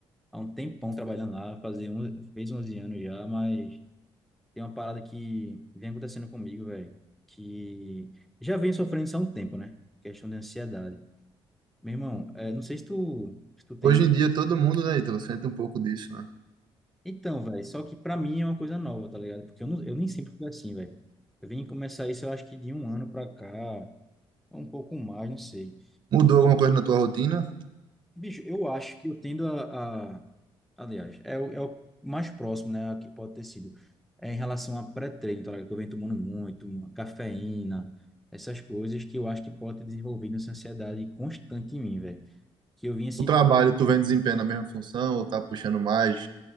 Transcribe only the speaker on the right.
Hoje
em dia, todo mundo, né, Ítalo, sente um pouco disso, né?
Mudou alguma coisa na tua rotina?
O trabalho, tu vem desempenhando a mesma função ou tá puxando mais,